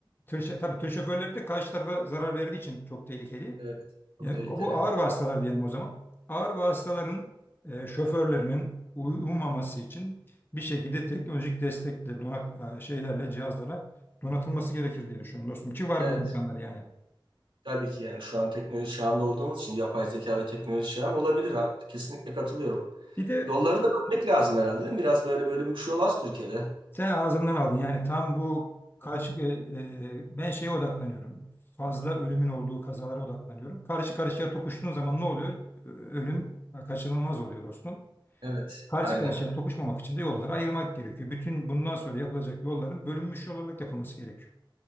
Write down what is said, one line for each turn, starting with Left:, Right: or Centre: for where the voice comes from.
Left: tır, şe- tabii tır şoförleri de karşı tarafa zarar verdiği için çok tehlikeli.
Right: evet, çok
Left: Yani
Right: tehlikeli.
Left: bu ağır vasıtalar diyelim o zaman. Ağır vasıtaların e, şoförlerinin uyumaması için bir şekilde teknolojik destekle, donat, e, şeylerle, cihazlara donatılması gerekir diye düşünüyorum dostum. Ki var
Right: Evet,
Left: bu imkanlar yani.
Right: tabii ki yani şu an teknoloji çağında olduğumuz için yapay zeka ve teknoloji çağı olabilir. Ha. Kesinlikle katılıyorum.
Left: Bir de
Right: Yolları da bölmek lazım herhalde değil mi? Biraz böyle bölünmüş yol az Türkiye'de.
Left: sen ağzımdan aldın. Yani tam bu karşı, e, e, ben şeye odaklanıyorum. Fazla ölümün olduğu kazalara odaklanıyorum. Karşı karşıya tokuştuğun zaman ne oluyor? Ö- Ölüm kaçınılmaz oluyor dostum.
Right: Evet,
Left: karşı
Right: aynen.
Left: karşıya tokuşmamak için de yolları ayırmak gerekiyor. Bütün bundan sonra yapılacak yolların bölünmüş yol olarak yapılması gerekiyor.